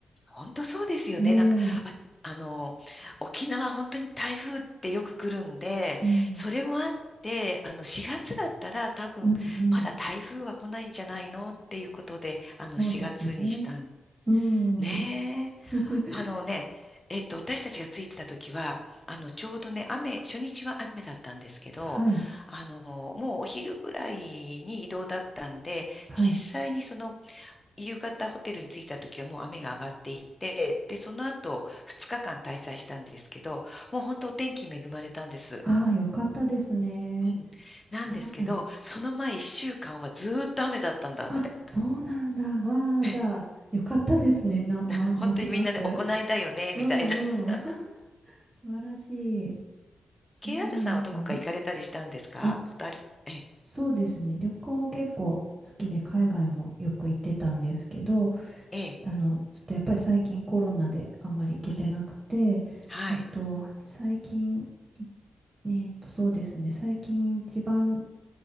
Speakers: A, on the left; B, on the right.
A: 本当そうですよね。
B: ね
A: なんか、あ、あの、沖縄本当に台風ってよく来るんで、
B: え。うん、
A: それもあって、あの、4月だったら多分、
B: うん、うん。
A: まだ台風は来ないんじゃないのっていうことで、あの、
B: そうですね。
A: 4月にしたん。
B: うん。
A: ねえ。
B: <laughs>
A: あのね、えっと、私たちが着いた時は、あの、ちょうどね、雨、初日は雨だったんですけど、
B: はい、
A: あの、もうお昼ぐらいに移動だったんで、
B: はい。
A: 実際にその夕方ホテルに着いた時はもう雨が上がっていて、で、その後2日間滞在したんですけど、もう本当お天気恵まれたんです。
B: ああ、よかったですね。
A: うん。なんですけど、
B: はい。
A: その前1週間はずーっと雨だったんだって。
B: あ、そうなんだ。わあ、
A: え、
B: じゃあ、よかったですね。な、
A: な、
B: ま、ますます。
A: 本当にみんなで行いだよね、
B: うんうん。
A: みたいな。<laughs>
B: <laughs> 素晴らしい。そうなんですね。
A: KR さんはどこか行かれたりしたんですかことあるえ、
B: あ、そうですね。旅行結構好きで、海外もよく行ってたんですけど、すあの、
A: ええ、
B: ちょっとやっぱり最近コロナであんまり行けてなくて、
A: うん。はい。
B: えっと、最近、いえっと、そうですね。最近一番